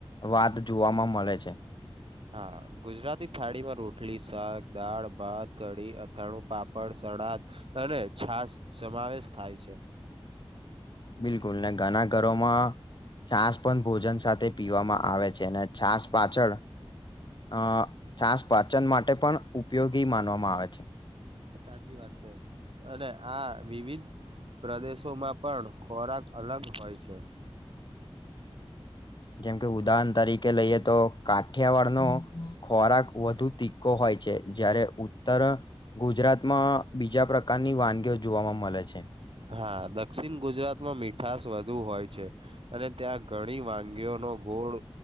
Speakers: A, on the left (about 50°); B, on the right (about 65°).
A: વાત જોવાવામાં મળે છે,
B: હા, ગુજરાતી થાળીમાં રોટલી શાક દાળ ભાત કઢી અથાણું પાપડ સડાદ અને છાસ સમાવેશ થાય છે.
A: બિલકુલ ને ઘના ઘરોમાં છાસ પણ ભોજન સાથે પીવામાં આવે છે, અને છાસ પાછળ અ છાસ પાચન માટે પણ ઉપયોગી માનવામાં આવે છે.
B: સાચી વાત છે, અને આ વિવિધ પ્રદેશોમાં પણ ખોરાક અલગ હોય છે.
A: જેમ કે ઉદાહરણ તરીકે લઈએ તો કાઠિયાવાડ નો ખોરાક વધુ તીકો હોય છે, જય્યારે ઉત્તર ગુજરાતમાં બીજા પ્રકારના ની વાનગીઓ જોવા મળે છે,
B: હા, દક્ષિણ ગુજરાતમાં મીઠશ વધુ હોય છે, અને ત્યાં ઘણી વાનગીઓનો ગોળ